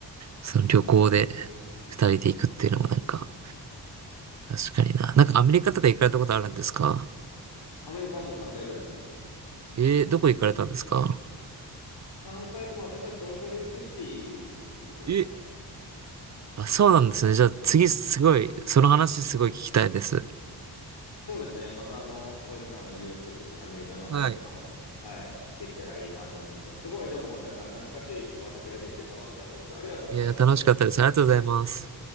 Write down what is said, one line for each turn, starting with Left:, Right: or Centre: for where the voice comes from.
Right: その旅行で二人で行くっていうのもなんか、確かにな。なんかアメリカとか行かれたことあるんですか
Left: アメリカはもう3回くらい行ってます。
Right: えー、どこ行かれたんですか
Left: 3回とも私はソルトレイクシティに行きましたね。
Right: え、あ、そうなんですね。じゃあ次すごい、その話すごい聞きたいです。
Left: そうですね。またあの、お時間の許すときにアメリカの話とかも、
Right: はい。
Left: はい、できたらいいなと思いました。すごい、でもなんか懐かしいお話ができて楽しかったです。ありがとうございます。
Right: いや、楽しかったです。ありがとうございます。